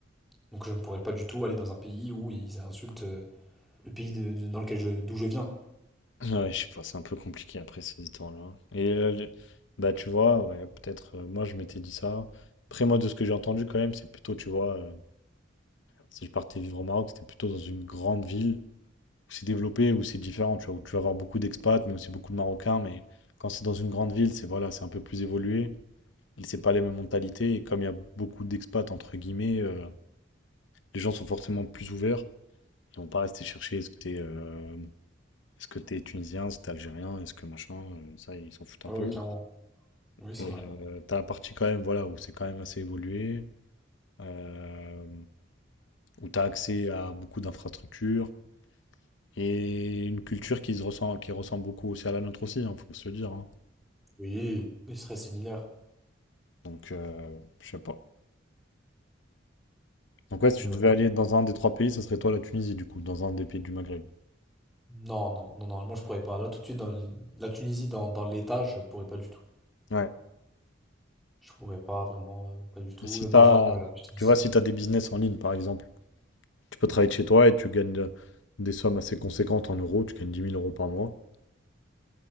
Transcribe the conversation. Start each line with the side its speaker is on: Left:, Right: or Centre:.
Centre: Donc je ne pourrais pas du tout aller dans un pays où ils insultent euh, le pays de- de- dans lequel je, d'où je viens.
Left: Ouais, Ouais, je sais pas, c'est un peu compliqué après ces histoires-là. Et euh, je- bah, tu vois, ouais, peut-être, euh, moi, je m'étais dit ça. Après, moi, de ce que j'ai entendu quand même, c'est plutôt, tu vois, euh, si je partais vivre au Maroc, c'était plutôt dans une grande ville où c'est développé, où c'est différent, tu vois, où tu vas avoir beaucoup d'expats, mais aussi beaucoup de Marocains, mais quand c'est dans une grande ville, c'est voilà, c'est un peu plus évolué. Et c'est pas les mêmes mentalités. Et comme il y a beaucoup d'expats, entre guillemets, euh, les gens sont forcément plus ouverts. Ils vont pas rester chercher est-ce que t'es euh, est-ce que t'es tunisien, est-ce que t'es algérien, est-ce que machin. euh, ça, ils s'en foutent
Centre: Ah
Left: un peu.
Centre: ouais, clairement. Oui, c'est
Left: Et
Centre: vrai.
Left: euh, t'as la partie quand même, voilà, où c'est quand même assez évolué, euh, où t'as accès à beaucoup d'infrastructures et une culture qui se ressent, qui ressemble beaucoup aussi à la nôtre aussi, hein, faut se le dire. hein.
Centre: Oui, il serait similaire.
Left: Donc, euh, je sais pas. Donc ouais, si
Centre: Mais
Left: tu devais
Centre: ouais.
Left: aller dans un des trois pays, ça serait toi la Tunisie, du coup, dans un des pays du Maghreb.
Centre: Non, non, non, non, moi je pourrais pas. Là tout de suite, dans le- la Tunisie, dans, dans l'État, je pourrais pas du tout.
Left: Ouais.
Centre: Je pourrais pas vraiment, euh, pas du tout.
Left: Et si
Centre: Le
Left: t'as,
Centre: Maroc, bah, je t'ai dit.
Left: tu vois, si t'as des business en ligne, par exemple, tu peux travailler de chez toi et tu gagnes euh, des sommes assez conséquentes en euros, tu gagnes dix mille euros par mois.